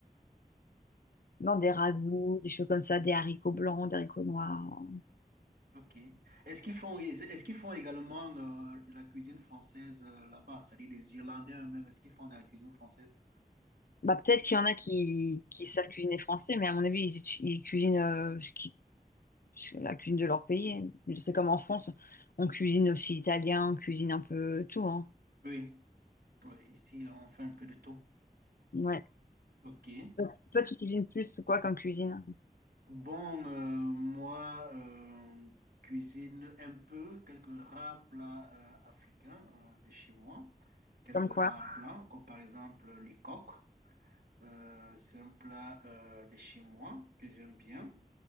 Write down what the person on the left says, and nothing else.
Non, des ragoûts, des choses comme ça, des haricots blancs, des haricots noirs.
Bah, peut-être qu'il y en a qui, qui savent cuisiner français, mais à mon avis, ils, utu- ils cuisinent euh, ce qui, ce- la cuisine de leur pays. c'est comme en France, on cuisine aussi italien, on cuisine un peu tout, hein.
Ouais.
Toi, tu toi, tu cuisines plus quoi comme cuisine?
Comme quoi?